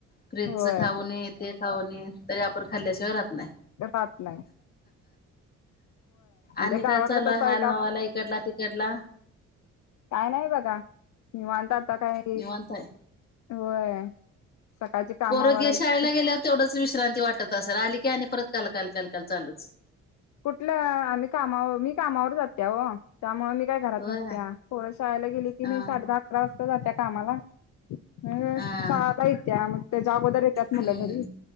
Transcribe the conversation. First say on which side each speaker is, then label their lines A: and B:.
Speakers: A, on the left; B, on the left.
A: फ्रीजच
B: होय
A: खाऊ नयेत खाऊणये. तरी आपण खाल्ल्याशिवाय राहत नाय.
B: राहत नाय.
A: आणि
B: ते गावाकडे
A: काय चालूय?
B: तसं
A: हाल
B: आहे का
A: हवाल. इकडला तिकडला.
B: काय नाही बघा. नीवांत आता काय.
A: निवांत आहे
B: होय. सकाळची कामावरायची
A: पोरोगे शाळेला गेल्यावर तेवढंच विश्रांती वाटत असेल. आली की आणि परत कालकाल कालकाल चालूच.
B: कुठलं आम्ही कामावर, मी कामावर जाते ओ. त्यामुळे मी काय घरात
A: होय
B: नसत्या. पोर शाळेला गेली की,
A: हा
B: मी साडे दहा अकरा वाजता जात्या कामाला. हम्म
A: हा
B: सहाला येत्या. मग त्याच्या अगोदर येत्यात
A: हम्म
B: मुलं घरी.